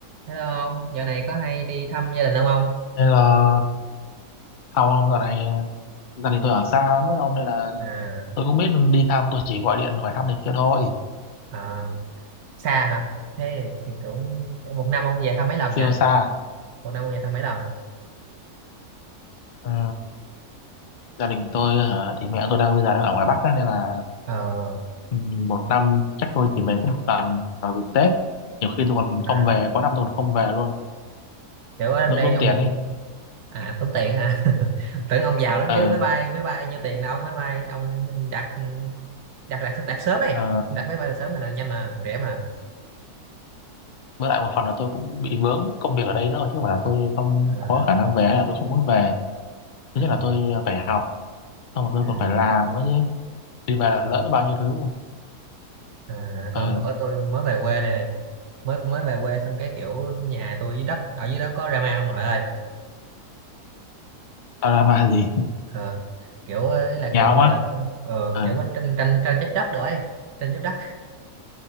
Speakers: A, on the right; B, on the left.
A: Hello ông, dạo này có hay đi thăm gia đình ông không?
B: Nên là không ông dạo này gia đình tôi ở xa lắm với ông nên là
A: À,
B: tôi cũng biết đi thăm tôi chỉ gọi điện hỏi thăm này kia thôi
A: à xa hả? Thế thì cũng một năm ông về thăm mấy lần
B: siêu
A: nha?
B: xa
A: Một năm ông về thăm mấy lần?
B: Ờ, gia đình tôi hả, thì mẹ tôi đang bây giờ đang ở ngoài Bắc á, nên là
A: Ờ,
B: ừ, một năm chắc tôi chỉ về có một lần vào dịp Tết nhiều khi tôi còn
A: à,
B: không về có năm tôi còn không về luôn
A: kiểu ở trong
B: đỡ
A: đây
B: tốn
A: ông
B: tiền ấy
A: à tốn tiền hả? <laughs> Tưởng ông giàu lắm
B: ờ
A: chứ, máy bay máy bay nhiêu tiền đâu, máy bay ông đặt đặt đặt đặt sớm ấy,
B: ờ,
A: đặt máy bay sớm là nhanh mà, rẻ mà.
B: với lại một phần là tôi cũng bị vướng công việc ở đây nữa chứ không phải là tôi không
A: À,
B: có khả năng về hay là tôi không muốn về thứ
A: à,
B: nhất là tôi phải học xong rồi tôi
A: ừ,
B: còn phải làm nữa chứ đi về là
A: không.
B: lỡ biết bao nhiêu thứ
A: À,
B: ờ
A: con bữa tôi mới về quê này này, mới mới về quê xong cái kiểu nhà tôi dưới đất ở dưới đó có drama ông nội ơi
B: tao mà gì
A: Ờ, kiểu ờ,
B: <laughs>
A: là
B: nhà
A: kiểu
B: ông
A: gọi
B: á
A: là ờ,
B: ờ
A: kiểu có tranh tranh tranh chấp đất được ấy tranh chấp đất